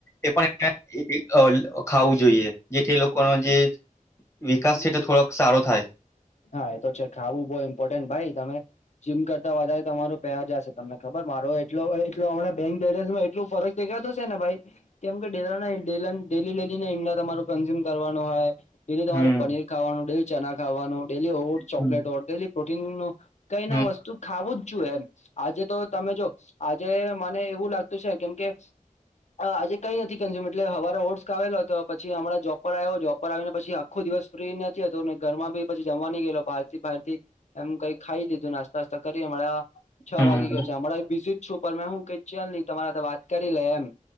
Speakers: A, on the left; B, on the left.
A: એ પણ એ ખાવું જોઈએ. જેથી એ લોકોનો જે વિકાસ છે તે થોડોક સારો થાય
B: હા એ તો છે ખાવું બહુ ઇમ્પોર્ટન્ટ ભાઈ તમે જીમ કરતા વધારે તમારો પહે જશે તમને ખબર મારો એટટ હમણાં બેંક બેલેન્સમાં એટલું ફરક દેખાડાતું છેે ને ભાઈ કેમ કે ડેલી ડેલી ને ઇંડા તમારું કન્ઝ્યુમ કરવાનું હોય. ડેલી તમારે
A: હમ
B: પનીર ખાવાનું ડેલી ચણા ખાવાનું ડેલી ઓ ચોકલેટ
A: હમ
B: હો ડેલી પ્રોટીનનું કઈના
A: હમ
B: વસ્તુ ખાવું જ જોઈએ એમ આજે તો તમે જો આજે મને એવું લાગતું છે કેમ કે હ આજે કંઈ નથી કમાયું એટલેવા ઓટ્સ આવેલો તો પછી હમણાં જોબ આવ્યો જોબ પર આવીને પછી આખો દિવસ ફ્રી નથી હતો ને ઘરમાં બીછી જમવાની ગયેલો બહાર થી પારથી કઈ ખાઈ લીધું નાસ્તા નાસ્તા કરી <unintelligible> છ
A: હમ
B: વાગી ગયો છે હમણાં વિીઝટ છું મેં હું કઈ ચલ નહી તમારા વાત કરી લે એમ